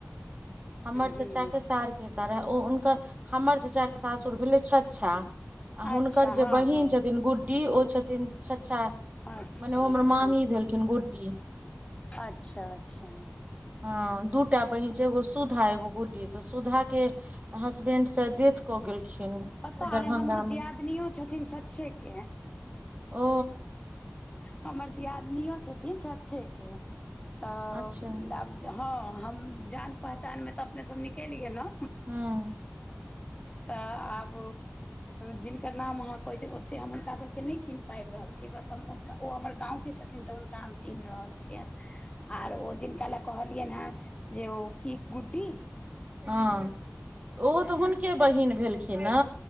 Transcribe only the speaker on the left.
हूँ
अच्छा
हँ
हँ
अच्छा
अच्छा
अच्छा अच्छा
पता
हय हमरो
दियादिनियो छथिन छछे के
हमर दियादिनो छथिन छछ्छे के तऽब
हँ हम जान पहचानमे तऽ अपने सब निकलि गेलौ
तऽ आब जिनकर नाम अहाँ कहै छियै ओते हम हुनका सबके नहि चिन्ह पाबि रहल छियै बस ओ हमर गांव के छथिन तऽ हुनका हम चिह्न रहल छियैन कहलियैन हन जे ओ की गुड्डी